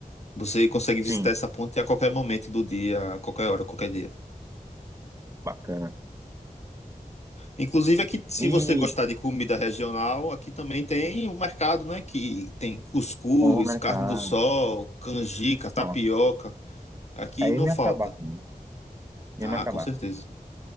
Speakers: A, on the left; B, on the right.
A: Você consegue
B: Sim,
A: visitar essa ponte a qualquer momento do dia, a qualquer hora, qualquer dia.
B: bacana.
A: Inclusive aqui, se
B: E
A: você gostar de comida regional, aqui também tem um mercado, né, que tem cuscuz,
B: ó, o mercado.
A: carne do sol, canjica, tapioca.
B: Não,
A: Aqui
B: aí
A: não
B: ia me
A: falta.
B: acabar também. Ia
A: Ah,
B: me acabar.
A: com certeza.